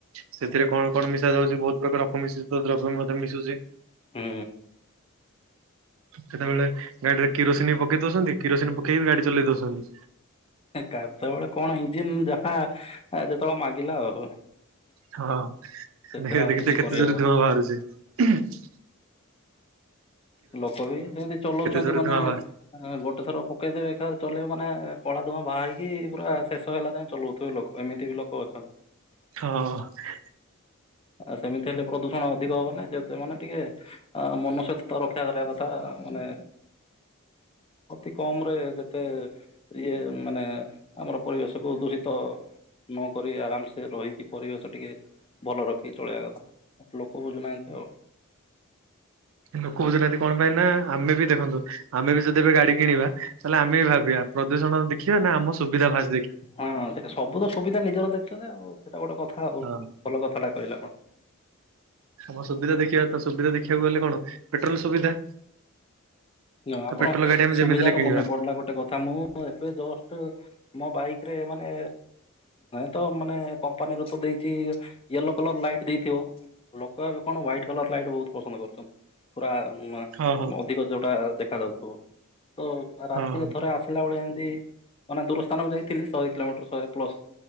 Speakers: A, on the right; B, on the left.
A: ସେଥିରେ କଣ କଣ ମିଶା ଯାଉଛି ବହୁତ ପ୍ରକାର ଅପ ମିଶ୍ରିତ ଦ୍ରବ୍ୟ ମଧ୍ୟ ମିଶୁଛି।
B: ହୁଁ।
A: ସେତେବେଳେ ଗାଡିରେ କିରୋସିନି ବି ପକେଇ ଦଉଛନ୍ତି। କିରୋସିନି ପକେଇବି ଗାଡ଼ି ଚଲେଇ ଦୋଉଛନ୍ତି।
B: କେତେବେଳେ କଣ ଇଞ୍ଜିିନ ଯାହା ଯେତେବେଳେ ମାଗିଲା ଆଉ।
A: ହଁ
B: ସେଥିରେ
A: ଦେଖିବ
B: ଆଉ
A: ଦେଖି
B: କିଛି
A: ଦେଖି କେତେ
B: କରିହବନି
A: ଜୋର ଧୂଆଁ ବାହାରୁଚି।
B: ଲୋକ ବି ସେମିତି ଚଲଉଛନ୍ତି
A: ଜୋରେ
B: ମାନେ।
A: ଧୂଆଁ ବାହାରୁଛି
B: ଗୋଟେ ଥର ପକେଇଦେବେ ଏକାଥରେ ଚଲେଇବେ ମାନେ କଳା ଧୁଆଁ ବାହାରିକି ପୁରା ଶେଷ ହେଲା ଯାଏଁ ଚଲଉଥିବେ ଲୋକ। ଏମିତି ବି ଲୋକ ଅଛନ୍ତି।
A: ହଁ।
B: ଆ ସେମିତି ହେଲେ ପ୍ରଦୂଷଣ ଅଧିକ ହବନା ଯେତେ ମାନେ ଟିକେ ଅ ମନ ସହିତ ତ ରକ୍ଷା କରିବା କଥା ମାନେ ଅତି କମ୍ ରେ ଯେତେ। ଇଏ ମାନେ ଆମର ପରିବେଶକୁୁ ଦୂଷିତ। ନକରି ଆରାମସେ ରହିକି ପରିବେଶ ଟିକେ ଭଲ ରଖି ଚଳେଇବା କଥା। ଲୋକ ବୁଝୁନାହାନ୍ତି ଆଉ।
A: ଲୋକ ବୁଝୁନାହାନ୍ତି କଣ ପାଇଁ ନା ଆମେ ବି ଦେଖନ୍ତୁ। ଆମେ ବି ଯଦି ଏବେ ଗାଡି କିଣିବା ତାହେଲେ ଆମେ ବି ଭାବିବା ପ୍ରଦୂଷଣ ଦେଖିବା ନା ଆମ ସୁବିଧା ଭା
B: ହଁ ସେଟା ସବୁ ତ ସୁବିଧା ନିଜର ଦେଖୁଛନ୍ତି ଆଉ ସେଇଟା ଗୋଟେ କଥା ଆଉ ଭଲ
A: ହଁ
B: କଥାଟା କହିଲ ଆପଣ।
A: ଆମ ସୁବିଧା ଦେଖିବା ତ ସୁବିଧା ଦେଖିବାକୁ ହେଲେ କଣ ପେଟ୍ରୋଲ ସୁବିଧା।
B: ହ ଆପଣ
A: ତ ପେଟ୍ରୋଲ ଗାଡି ଆମେ
B: ସୁବିଧାରୁ
A: ଯେମିତି ହେଲେ କିଣିବା
B: ମନେ ପଡିଲା ଗୋଟେ କଥା ମୁଁ ଏବେ ଜଷ୍ଟ୍ ମୋ ବାଇକ୍ ରେ ମାନେ ତ ମାନେ କମ୍ପାନୀ ରୁ ତ ଦେଇଛି ୟେଲୋ କଲର ଲାଇଟ୍ ଦେଇଥିବ। ଲୋକ ଏବେ କଣ ହ୍ୱାଇଟ୍ କଲର ଲାଇଟ୍ ବହୁତ୍ ପସନ୍ଦ କରୁଛନ୍ତି। ପୁରା ଉଁ ଅ
A: ହଁ ହଁ
B: ଅଧିକ ଯୋଉଟା ଦେଖା ଯାଉଥିବ ତ ରାତିରେ
A: ହଁ
B: ଥରେ ଆସ ଥିଲାବେଳେ ଏମିତି ମାନେ ଦୂର ସ୍ଥାନକୁ ଯାଇଥିଲି ଶହେ କିଲୋମିଟର ଶହେ ପ୍ଲସ୍।